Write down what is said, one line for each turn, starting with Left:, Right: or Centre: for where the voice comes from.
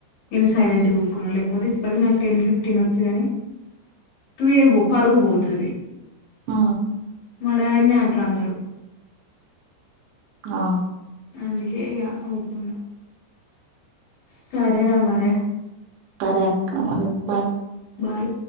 Left: నేను సైలెంట్ ఊక్కున్నా లేకపోతే ఇప్పటికి నాకు టెన్ ఫిఫ్టీన్ వచ్చు కాని పేరు పో పరుగు పోతది
Right: ఆ
Left: మా డాడీనే అంట్ర్ అందరు
Right: ఆ
Left: అందుకే ఇగ ఉకున్నా స్ సరే రామారే
Right: ఉమ్. సరే అక్క మరి బాయ్
Left: బాయ్